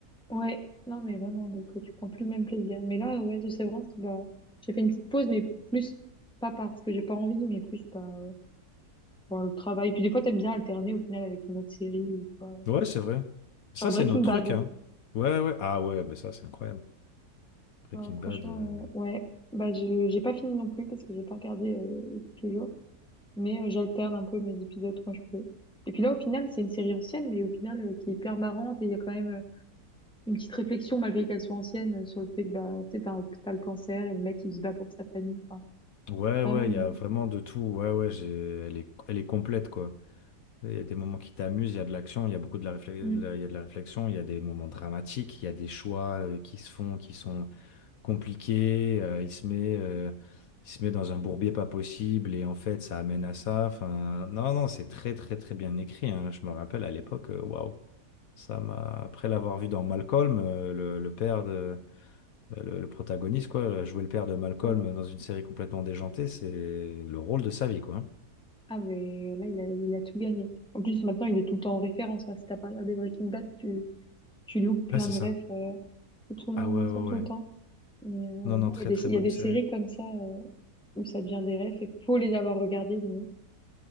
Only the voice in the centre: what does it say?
Ouais, non, mais vraiment, donc euh, tu prends plus le même plaisir. Mais là, euh, ouais, de Severance, bah, j'ai fait une petite pause, mais plus pas parce que j'ai pas envie, mais plus par euh, par le travail. Puis des fois, t'aimes bien alterner au final avec une autre série ou quoi.
Genre Breaking
Bad.
Euh, franchement,
euh, ouais. Bah, je, j'ai pas fini non plus parce que j'ai pas regardé euh, depuis toujours. Mais euh, j'alterne un peu mes épisodes quand je peux. Et puis là, au final, c'est une série ancienne, mais au final, euh, qui est hyper marrante et il y a quand même euh, une petite réflexion, malgré qu'elle soit ancienne, euh, sur le fait que bah, tu sais, t'as, un- t'as le cancer et le mec, il se bat pour sa famille. Enfin,
Quand
même.
hein.
Mm.
Ouais.
Ah, mais là, il a, il a tout gagné. En plus, maintenant, il est tout le temps en référence. hein. Si t'as pas regardé Breaking Bad, tu, tu loupes plein
de
refs euh, que tout le
monde
mentionne
tout le
temps. Mais euh, non,
il y a des,
il
y a des
séries comme ça euh, où ça devient des refs et faut les avoir regardées, limite.